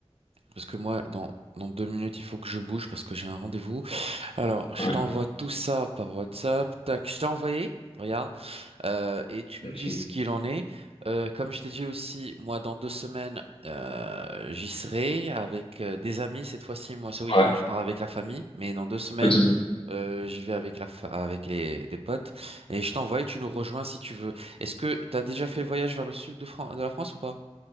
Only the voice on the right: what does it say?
Parce que moi, dans, dans deux minutes, il faut que je bouge parce que j'ai un rendez-vous. Alors, je
t'envoie tout ça par WhatsApp. Tac, je t'ai envoyé. Regarde. euh, et tu me
dis ce qu'il en est. Euh, comme je t'ai dit aussi, moi, dans deux semaines, euh, j'y serai avec euh, des amis. Cette fois-ci, moi, ce week-end,
je pars avec la famille, mais dans deux semaines,
euh, j'y vais avec la fa- avec les des potes. Et je t'envoie et tu nous rejoins si tu veux. Est-ce que tu as déjà fait le voyage vers le sud de Fran- de la France ou pas?